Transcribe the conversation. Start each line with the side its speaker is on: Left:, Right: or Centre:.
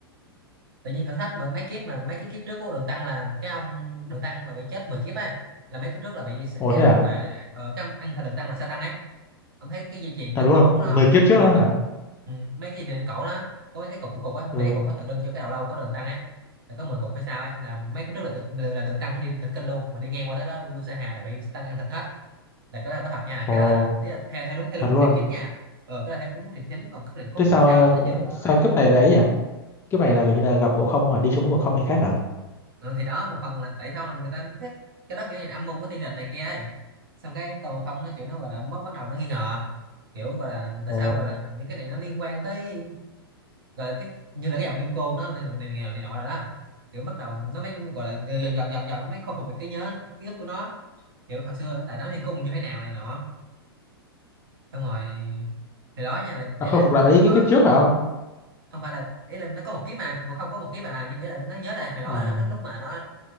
Right: tự nhiên thử thách mười mấy kiếp mà mấy cái kiếp trước của Đường Tăng là cái ông Đường Tăng mà bị chết 10 kiếp ấy là mấy kiếp trước là bị
Left: Ồ
Right: cái
Left: thế
Right: ông
Left: à?
Right: mà ờ, cái ông ăn thịt Đường Tăng là Sa Tăng ấy ông thấy cái dây chuyền
Left: thật
Right: trên
Left: luôn
Right: cổ của nó
Left: mười
Right: không
Left: kiếp trước
Right: mà
Left: đó
Right: mấy,
Left: hả
Right: ừ, mấy cái dây chuyền trên cổ nó có mấy cái cục cục cục á là
Left: ừ
Right: mấy cái cục nó tượng trưng cho cái đầu lâu của Đường Tăng ấy là có 10 cục hay sao ấy là mấy kiếp trước là tự- là, là Đường Tăng cũng đi thỉnh kinh luôn mà đi ngang qua đó đó Lu Sa Hà là bị Sa Tăng ăn thịt hết là cái đó là có thật nha
Left: ồ
Right: cái đó là nếu là theo theo đúng theo
Left: thật
Right: đúng cốt
Left: luôn
Right: truyện chính nha ờ cái đó là theo đúng cốt truyện chính còn cốt truyện cốt
Left: thế
Right: truyện
Left: sao
Right: sau
Left: ờ,
Right: là nó chưa có
Left: sao
Right: ảnh hưởng
Left: kiếp
Right: người
Left: này là ấy nhỉ kiếp này là kiểu như là gặp ngộ không hả đi xuống với ngộ không nên khác hả
Right: ừ, thì đó một phần là tại sao là người ta thích cái đó kiểu như là âm mưu của thiên đình này kia ấy xong cái tàu không nó kiểu nó gọi là bắt bắt đầu nó nghi ngờ kiểu gọi là tại
Left: ồ
Right: sao gọi là những cái này nó liên quan tới gọi là cái như là cái giọng kim cô nó này này, này, này nọ rồi đó kiểu bắt đầu nó mới gọi là dần dần dần dần nó mới khôi phục được cái nhớ ký ức của nó kiểu hồi xưa nó đại náo thiên cung như thế nào này nọ xong rồi thì đó nha là đấy
Left: nó khôi
Right: là
Left: phục
Right: nó
Left: lại mấy
Right: sẽ có
Left: cái kiếp trước hả không
Right: không phải là ý là nó có một kiếp mà nó không có một kiếp à nhưng mà ý là nó nhớ lại hồi đó
Left: à,
Right: nó lúc mà nó